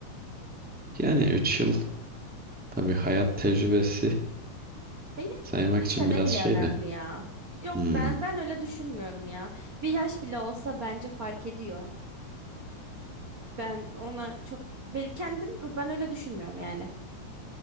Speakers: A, in the centre; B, on the right.
A: Yani 3 yıl tabii hayat tecrübesi
B: Benim için
A: Saymak
B: bir
A: için
B: sene
A: biraz
B: bile
A: şey
B: önemli
A: de.
B: ya. Yok
A: Hmm,
B: ben ben öyle düşünmüyorum ya. Bir yaş bile olsa bence fark ediyor. Ben ona çok ben kendim ben öyle düşünmüyorum yani.